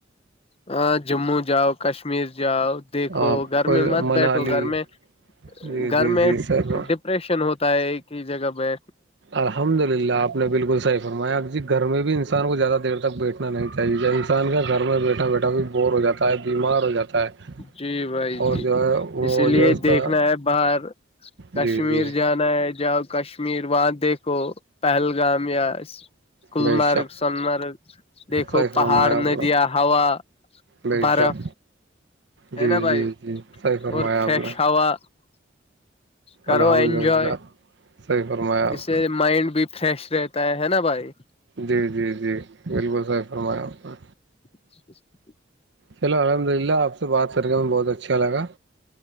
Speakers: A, on the left; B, on the right.
A: ہاں جموں جاؤ کشمیر جاؤ دیکھو
B: آپ
A: گھر
B: کو
A: میں مت
B: منالی
A: بیٹھو گھر میں
B: جی
A: گھر
B: جی
A: میں
B: جی سر
A: ڈپریشن ہوتا ہے ایک ہی جگہ پہ
B: الحمد للہ آپ نے بالکل صح میک جی گھر میں بھی انسان کو زیادہ دیر تک بیٹھنا نہیں چاہیے جب انسان کا گھر میں بیٹھا بیٹھا بھی بور ہو جاتا ہے ہے بیمار ہو جاتا ہے
A: جی بھائی
B: اور
A: جی
B: جو
A: جی
B: ہے وہ
A: اسی لیے
B: جو ہے اس
A: دیکھنا
B: کا
A: ہے باہر کشمیر
B: جی جی
A: جانا ہے جاؤ کشمیر وہاں دیکھو پہلگام یا گللمارگ
B: بے شک
A: سنمارگ دیکھو
B: صحیح فرمایا
A: پہاڑ
B: آپ
A: ندیاں
B: نے
A: ہوا
B: بے
A: برف
B: شک
A: ہے
B: جی
A: نا بھائی
B: جی جی صحیح فرمایا
A: اور
B: آپ نے
A: <unintelligible> کرو
B: الحمد
A: انجوائے
B: للہ صحیح فرمایا آپ
A: اس سے
B: نے
A: مائنڈ بھی فریش رہتا ہے نا بھائی
B: جی جی جی بالکل صحیح فرمایا آپ نے
A: <inaudible>
B: ہیلو الحمد للہ آپ سے بات کرنے میں بہت اچھا لگا